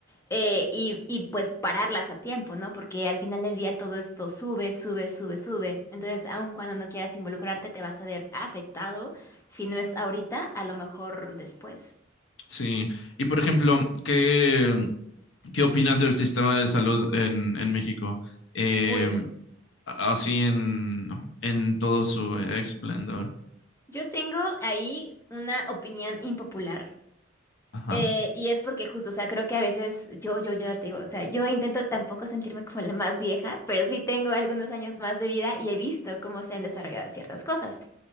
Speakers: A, on the left; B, on the left.
A: eh, y, y pues pararlas a tiempo, ¿no? Porque al final del día todo esto sube, sube, sube, sube. Entonces, aun cuando no quieras involucrarte, te vas a ver afectado. Si no es ahorita, a lo mejor después.
B: Sí, y por ejemplo, ¿qué, qué opinas del sistema de salud en, en México? Eh,
A: Uy,
B: Así en, ¿no? en todo su esplendor.
A: yo tengo ahí una opinión impopular.
B: Ajá.
A: Eh, y es porque justo, o sea, creo que a veces yo, yo, yo te digo, o sea, yo intento tampoco sentirme como la más vieja, pero sí tengo algunos años más de vida y he visto cómo se han desarrollado ciertas cosas.